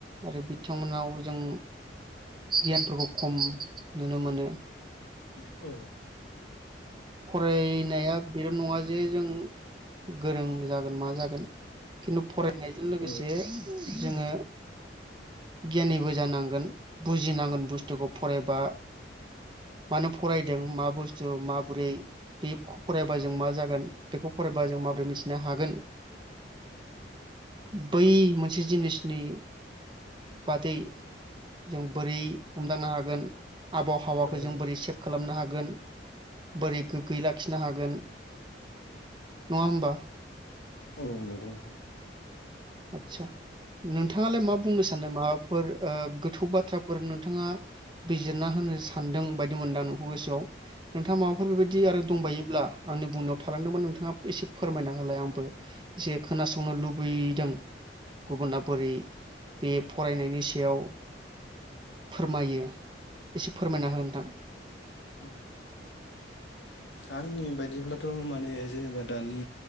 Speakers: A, on the right; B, on the left.
A: आरो बिथांमोनाव जों गियानफोरखौ खम नुनो मोनो।
B: औ
A: फरायनाया बिल' नङा जे जों गोरों जागोन मा जागोन खिन्थु‌ फरायनायजों लोगोसे
B: औ
A: जोङो गियानिबो जानांगोन बुजिनांगोन बुस्थुखौ फरायबा मानो फरायदों मा बुस्थु मा गुरै देबख फरायबा जों मा जागोन बेखौ फरायबा जों माब्रै मिस नो हागोन। बै मोनसे जिनिसनि बादै जों बोरै हमदांनो हागोन आबहावाखौ
B: नंगौ
A: जों बोरै सेभ खालामनो हागोन। गोन। बोरै गोगोयै लाखिनो हागोन। नङा होमबा?
B: औ नंगौ
A: आतसा नोंथाङालाय मा बुंनो सानो माबाफोर ओ गोथौ बाथ्राफोर नोंथाङा बिजिरना होनो सानदों बायदि मोनदां नोंखौ गोसोआव। नोंथाङा माबाफोर बेबायदि आरो दंबायो! ब्ला आंनि बुंनायाव थालांदोंमोन नोंथाङा एसे फोरमायना होलाय आंबो एसे खोनासंनो लुबैदों। गुबुना बोरै बे फरायनायनि सायाव फोरमायो एसे फोरमायना हो नोंथां।
B: ओम आंनि बायदिब्लाथ' माने जेनेबा दानि